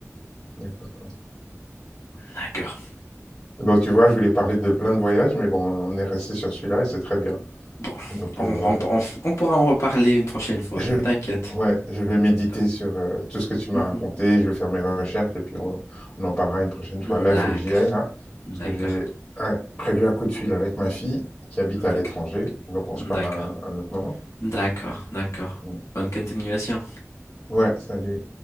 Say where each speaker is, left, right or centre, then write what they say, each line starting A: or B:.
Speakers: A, on the left; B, on the left.
A: D'accord.
B: D'accord.
A: Bon, tu vois, je voulais parler de plein de voyages, mais bon, on est resté sur celui-là et c'est très bien.
B: Bon,
A: Donc,
B: on,
A: euh,
B: on- on- on pourra en reparler une prochaine fois,
A: Je,
B: t'inquiète.
A: ouais, je vais méditer
B: <laughs>
A: sur euh, tout ce que tu m'as
B: Mhm.
A: raconté, je vais faire mes recherches et puis on, on en parlera une prochaine fois.
B: D'accord,
A: Là, il faut que j'y aille, là,
B: d'accord,
A: parce que j'ai un- prévu un coup de fil avec ma fille qui habite
B: d'accord,
A: à l'étranger, donc on se parle
B: d'accord,
A: à un, un autre moment.
B: d'accord, d'accord.
A: Mm.
B: Bonne continuation.
A: Ouais, salut.